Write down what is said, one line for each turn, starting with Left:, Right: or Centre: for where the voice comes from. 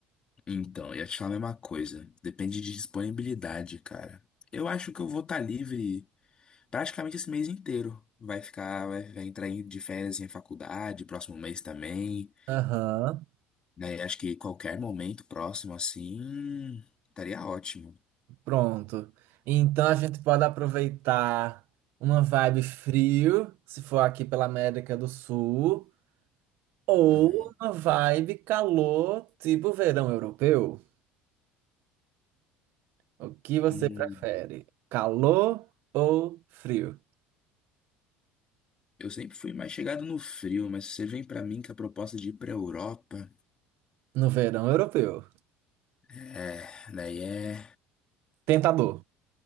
Left: então, eu ia te falar a mesma coisa. Depende de disponibilidade, cara. Eu acho que eu vou estar livre praticamente esse mês inteiro. Vai ficar, vai, vai entrar em- de férias em faculdade, próximo mês também.
Right: Aham,
Left: Daí acho que qualquer momento próximo assim estaria ótimo.
Right: pronto. Então a gente pode aproveitar uma vibe frio, se for aqui pela América do Sul, ou
Left: Ah,
Right: uma vibe calor, tipo verão europeu. O que você
Left: hum,
Right: prefere? Calor ou frio?
Left: eu sempre fui mais chegado no frio, mas se você vem pra mim com a proposta de ir pra Europa,
Right: No verão europeu.
Left: é, daí é
Right: Tentador.